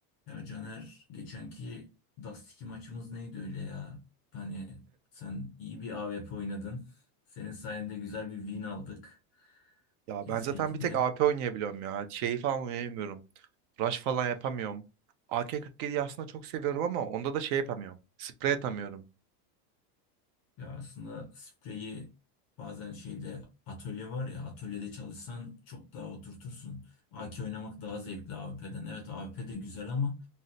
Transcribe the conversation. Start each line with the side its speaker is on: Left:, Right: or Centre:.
Left: Ya Caner geçenki Dust2 maçımız neydi öyle ya? Hani sen iyi bir A W P oynadın. Senin sayende güzel bir win aldık
Right: Ya
Left: CS2'de.
Right: ben zaten bir tek AP oynayabiliyorum ya. Şeyi falan oynayamıyorum. Rush falan yapamıyorum. AK-47'yi aslında çok seviyorum ama onda da şey yapamıyorum. Sprey atamıyorum.
Left: Ya aslında spreyi bazen şeyde atölye var ya atölyede çalışsan çok daha oturtursun. AK oynamak daha zevkli A W P'den. Evet A W P de güzel ama